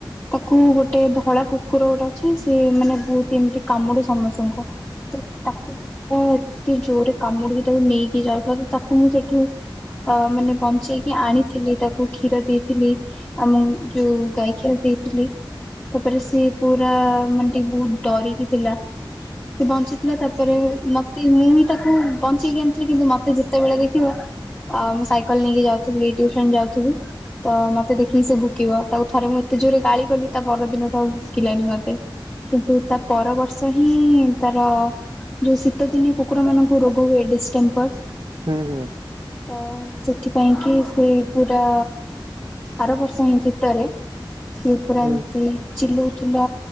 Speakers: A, on the left; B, on the right.
A: ତାକୁ ଗୋଟେ ଧଳା କୁକୁର ଗୋଟେ ଅଛି ସେ ମାନେ ବହୁତ ଏମିତି କାମୁଡେ ସମସ୍ତଙ୍କୁ। ତ ତାକୁ ତ ଏତେ ଜୋରରେ କାମୁଡିକି ତାକୁ ନେଇକି ଯାଉଥିଲା ତ ତାକୁ ମୁଁ ସେଇଠୁ ଅ ମାନେ ବଞ୍ଚେଇକି ଆଣିଥିଲି ତାକୁ କ୍ଷୀର ଦେଇଥିଲି, ଆମ ଯୋଉ ଗାଈ କ୍ଷୀର ଦେଇଥିଲି। ତାପରେ ସିଏ ପୁରା ମାନେ ଟିକେ ବହୁତ ଡରିକି ଥିଲା। ସେ ବଞ୍ଚିଥିଲା ତାପରେ ମତେ ମୁଁ ବିି ତାକୁ ବଞ୍ଚେଇକି ଆଣିଥିଲି କିନ୍ତୁ ମତେ ଯେତେବେଳେ ଦେଖିବ ଅ ମୁଁ ସାଇକେଲ ନେଇକି ଯାଉଥିବି ଟିୁସନ ଯାଉଥିବି। ତ ମତେ ଦେଖିକି ସେ ଭୁକିବ ତାକୁ ଥରେ ମୁଁ ଏତେ ଜୋରେ ଗାଳି କଲି ତା ପରଦିନ ଠୁ ଆଉ ଭୁକିଲାନି ମତେ। କିନ୍ତୁ ତା ପରବର୍ଷ ହିଁ ତାର ଯୋଉ ଶୀତ ଦିନେ କୁକୁର ମାନଙ୍କୁ ରୋଗ ହୁଏ ଡିସେମ୍ବର।
B: ହୁଁ ହୁଁ।
A: ତ ସେଥିପାଇଁ କି ସେ ପୁରା ଆର ବର୍ଷ ହିଁ ଶୀତରେ ସିଏ ପୁରା
B: ହୁଁ
A: ଏମତି ଚିଲଉଥିଲା